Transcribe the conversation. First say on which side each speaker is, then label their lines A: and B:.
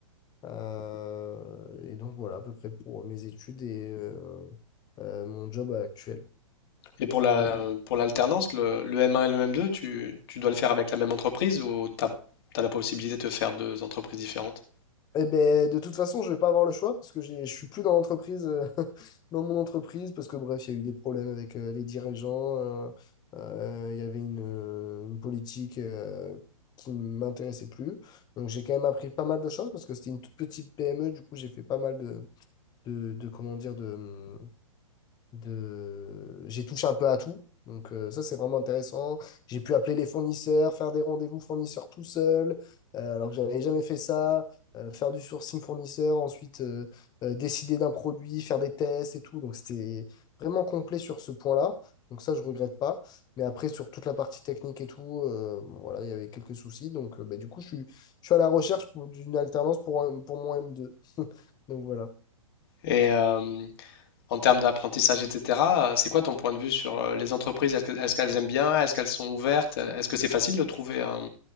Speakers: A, on the left; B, on the left.
A: Euh, et donc voilà, à peu près pour mes études et euh, euh, mon job actuel.
B: Et pour la,
A: Euh,
B: pour l'alternance, le, le M1 et le M2, tu, tu dois le faire avec la même entreprise ou tu as la possibilité de te faire deux entreprises différentes?
A: eh ben, de toute façon, je vais pas avoir le choix parce que j'ai, je suis plus dans l'entreprise, euh, <laughs> dans mon entreprise, parce que bref, il y a eu des problèmes avec euh, les dirigeants. euh, euh, il y avait une, euh, une politique euh, qui ne m'intéressait plus. Donc j'ai quand même appris pas mal de choses parce que c'était une toute petite PME. Du coup, j'ai fait pas mal de, de, de, comment dire, de, de... J'ai touché un peu à tout. Donc euh, ça, c'est vraiment intéressant. J'ai pu appeler les fournisseurs, faire des rendez-vous fournisseurs tout seul, euh, alors que j'avais jamais fait ça, euh, faire du sourcing fournisseur, ensuite euh, euh, décider d'un produit, faire des tests et tout. Donc c'était vraiment complet sur ce point-là. Donc ça, je regrette pas. Mais après, sur toute la partie technique et tout, euh, bon, voilà, il y avait quelques soucis. Donc euh, bah, du coup, je suis, je suis à la recherche pour- d'une alternance pour, un- pour mon m deux <laughs> Donc voilà.
B: Et euh, en termes d'apprentissage, etc., euh, c'est quoi ton point de vue sur euh, les entreprises? Est-ce que- est-ce qu'elles aiment bien? Est-ce qu'elles sont ouvertes? Est-ce que c'est facile de trouver un,